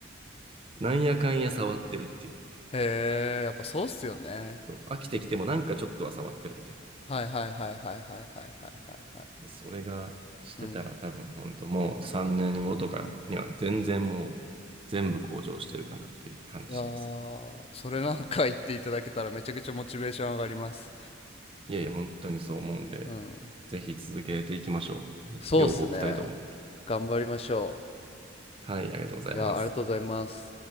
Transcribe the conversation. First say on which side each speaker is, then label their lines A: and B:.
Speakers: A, on the right; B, on the left.
A: なんやかんや触ってるっていう。
B: へえ、やっぱそうっすよね。
A: そう飽きてきてもなんかちょっとは触ってるみたいな。
B: はいはいはいはいはいはいはいはいはい。
A: それがしてたら多分本当もう3年後とかには全然もう全部向上してるかなっていう感じします。
B: うん。いやー、それなんか言っていただけたらめちゃくちゃモチベーション上がります。
A: いやいや、本当にそう思うんで、
B: うん。
A: ぜひ続けていきましょう。
B: そうっすね。
A: 両方、2人とも。
B: 頑張りましょ
A: はい、ありがとうございます。
B: う。いやありがとうございます。